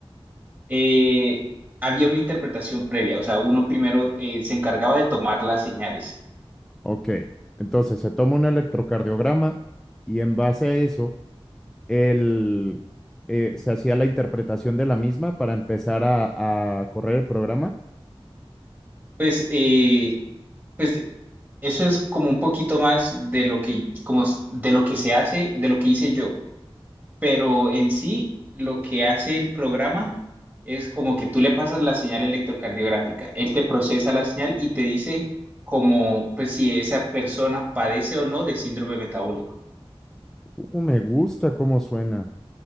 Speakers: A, on the right (about 20°); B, in the centre.
A: Eh, había una interpretación previa, o sea, uno primero eh, se encargaba de tomar las señales.
B: Ok, entonces se toma un electrocardiograma y en base a eso, el, eh, se hacía la interpretación de la misma para empezar a, a correr el programa.
A: Pues, eh, pues eso es como un poquito más de lo que, como, s- de lo que se hace, de lo que hice yo. pero en sí lo que hace el programa es como que tú le pasas la señal electrocardiográfica, él te procesa la señal y te dice como pues si esa persona padece o no de síndrome metabólico.
B: Uh, me gusta cómo suena.